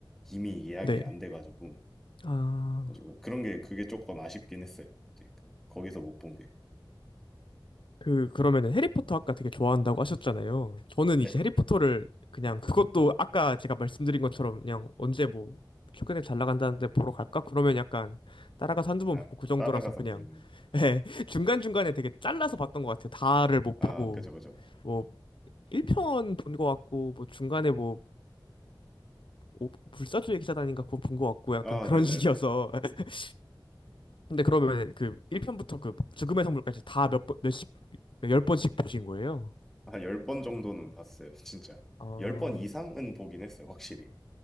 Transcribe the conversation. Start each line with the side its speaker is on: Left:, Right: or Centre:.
Centre: 이미 예약이
Left: 네.
Centre: 안 돼가지고
Left: 아.
Centre: 가지고 그런 게 그게 조금 아쉽긴 했어요. 이제 거기서 못 본 게.
Left: 그, 그러면은 해리포터 아까 되게 좋아한다고 하셨잖아요. 저는
Centre: 네.
Left: 이제 해리포터를 그냥 그것도 아까 제가 말씀드린 것처럼 그냥 언제 뭐 최근에 잘 나간다는데 보러 갈까? 그러면 약간 따라가서 한두 번
Centre: 아,
Left: 보고 그 정도라서
Centre: 따라가서
Left: 그냥
Centre: 보는.
Left: <laughs> 예, 중간중간에 되게 잘라서 봤던 것 같아요. 다를 못
Centre: 아,
Left: 보고
Centre: 그죠, 그죠.
Left: 뭐 1편 본 것 같고 뭐 중간에 뭐 오- 불사조의 기사단인가 그거 본 것 같고 약간
Centre: 아,
Left: 그런
Centre: 네네네.
Left: 식이어서 <laughs> 근데 그러면 그 1편부터
Centre: 음.
Left: 그 죽음의 성물까지 다 몇 번, 몇십, 몇 열 번씩 보신 거예요?
Centre: 한 열 번 정도는 봤어요, <laughs> 진짜.
Left: 아
Centre: 열 번 이상은 보긴 했어요, 확실히.